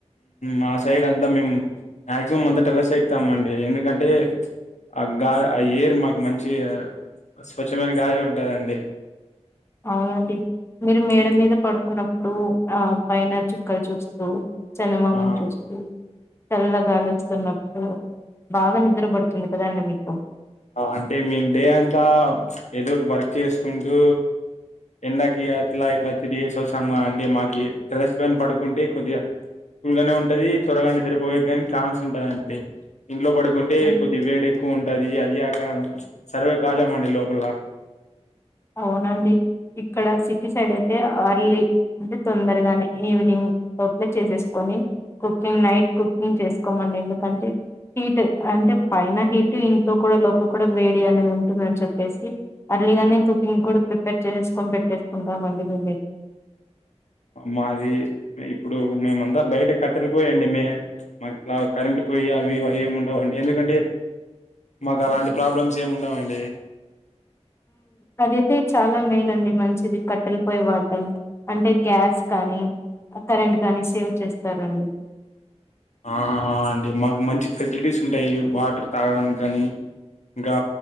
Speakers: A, on the left; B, on the left.
A: మా సైడ్ అంతా మేము మాక్సిమం అంతా టెర్రస్ ఏ ఎక్కుతమండి ఎందుకంటే ఆ గా ఆ ఎయిర్ మాకు మంచి స్వచ్ఛమైన గాలి ఉంటదండి
B: అవునండి మీరు మేడ
A: హ్మ్.
B: మీద పడుకున్న ఇప్పుడు ఆ పైన చుక్కలు చూస్తూ చందమామని
A: ఆ
B: చూస్తూ తెల్ల గాలి వస్తున్నప్పుడు బాగా నిద్ర పడుతుంది కదండి మీకు
A: అంటే మేము డే అంతా ఏదోటి వర్క్ చేసుకుంటూ ఎండాకి అట్లా ఇట్లా తిరిగేసి వస్తాము కదా అండి మాకి టెర్రస్ పైన పడుకుంటే కొద్దిగా కూల్ గానే ఉంటుంది త్వరగా నిద్రపోయే కానీ ఛాన్స్ ఉంటదండి ఇంట్లో పడుకుంటే
B: ఆ
A: కొద్ది వేడి ఎక్కువ ఉంటది సక సర్వే కాలమండి లోపల
B: అవునండి ఇక్కడ సిటీ సైడ్ అయితే అర్లీ అంటే తొందరగానే ఈవినింగ్ లోపల చేసేసుకొని కుకింగ్ నైట్ కుకింగ్ చేసుకోమండి ఎందుకంటే హీట్ అంటే పైన హీట్ ఇంట్లో కూడా లోపల కూడా వేడి అనేది ఉంటుందని చెప్పేసి అర్లీగానే కుక్ ఇం కూడా ప్రిపేర్ చేసేసుకొని పెట్టేసుకుంటామండి మేమే
A: మాది ఇప్పుడు మేమంతా బయట కట్టలిపోయిండి మే మాకులా కరెంట్ పోయి అవి అవి ఏమి ఉండవండి ఎందుకంటే మాకు అలాంటి ప్రాబ్లమ్స్ ఏమి ఉండవండి
B: అదైతే చాలా మేలండి మంచిది కట్టెలిపోయ వాడటనికి అంటే గ్యాస్ కానీ కరెంట్ కానీ సేవ్ చేస్తారండి
A: ఆ అండి మాకు మంచి ఫెసిలిటీస్ ఉంటాయి వాటర్ తాగడానికి గానీ ఇంకా